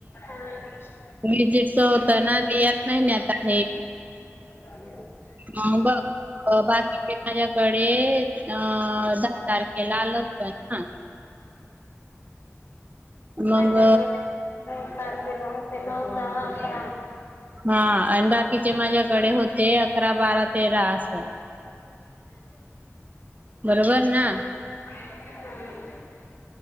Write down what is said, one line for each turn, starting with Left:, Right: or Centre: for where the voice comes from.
Left: हो <inaudible>
Right: विजिटच होत ना ते याच महिन्यात आहे
Left: ह <inaudible>
Right: हा बग अ बाकीचे माझ्याकडे अ दहा तारखेला आलं होत ना मग
Left: माझ्याकारखला <unintelligible> ते नऊ दहा अकरा
Right: हा आणि बाकीचे माझ्याकडे होते अकरा बारा तेरा असं
Left: <inaudible>
Right: बरोबर ना
Left: हम् <inaudible>